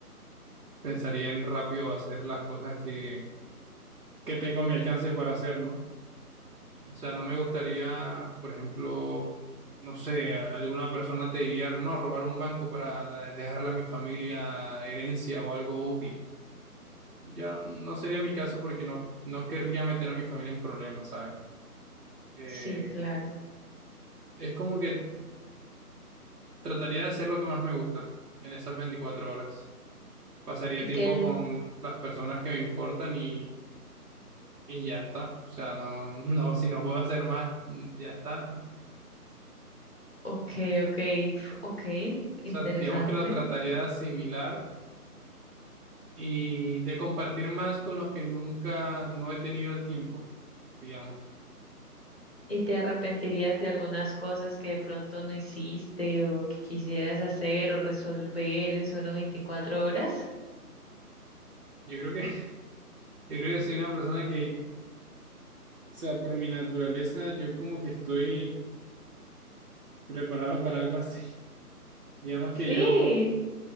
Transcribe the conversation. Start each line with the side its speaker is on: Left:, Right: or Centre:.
Right: pensaría en rápido hacer las cosas que que tengo a mi alcance para hacer, ¿no? O sea, no me gustaría, por ejemplo, no sé, a- alguna persona te diría, no, robar un banco para da- dejarle a mi familia herencia o algo útil. Yo no sería mi caso porque no, no querría meter a mi familia en problemas, ¿sabes? Eh,
Left: Sí, claro.
Right: es como que trataría de hacer lo que más me gusta en esas 24 horas. Pasaría
Left: Y
Right: tiempo
Left: que,
Right: con las personas que me importan y, y ya está. O sea, no, <laughs> no, si no puedo hacer más, ya está.
Left: ok, ok, f- ok,
Right: O
Left: interesante.
Right: sea, digamos que lo trataría de asimilar y de compartir más con los que nunca no he tenido el tiempo, digamos.
Left: ¿Y te arrepentirías de algunas cosas que de pronto no hiciste o que quisieras hacer o resolver en solo 24 horas?
Right: Yo creo que, <laughs> yo creo que soy una persona que, o sea, por mi naturaleza, yo como que estoy preparado para algo así. <laughs> Digamos que
Left: Sí.
Right: yo,